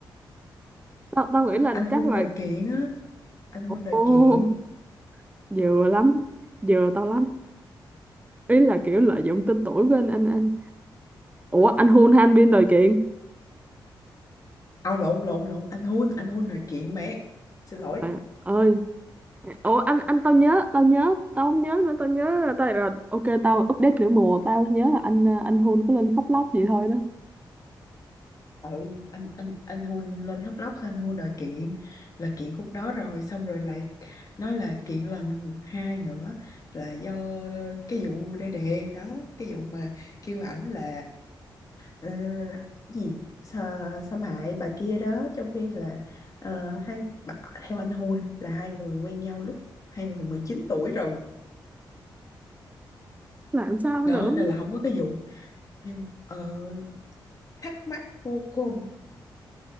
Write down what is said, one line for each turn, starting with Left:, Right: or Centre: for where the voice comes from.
Right: Tao, tao nghĩ là
Left: anh Hun
Right: chắc là,
Left: đòi kiện á anh Hun đòi
Right: ồ,
Left: kiện
Right: vừa lắm, vừa tao lắm ý là kiểu lợi dụng tên tuổi của anh anh anh ủa anh hôn han biên rồi kiện
Left: à lộn lộn lộn anh Hun anh Hun đòi kiện mẹ xin lỗi
Right: à, ơi ủa anh anh tao nhớ tao nhớ tao không nhớ nữa tao nhớ là tao rồi ok tao update nửa mùa tao nhớ là anh à, anh hôn có lên khóc lóc vậy thôi đó
Left: ừ anh anh anh hun lên khóc lóc xong anh hun đòi kiện là kiện khúc đó rồi xong rồi lại nói là kiện lần hai nữa là do cái vụ đê đề đó cái vụ mà kêu ảnh là ờ, gì Sa, xâm hại bà kia đó trong khi là ờ, hai bà- theo anh hun là hai người quen nhau lúc hai người 19 tuổi rồi
Right: làm sao
Left: đó
Right: nữa
Left: nên là không có cái vụ nhưng ờ, thắc mắc vô cùng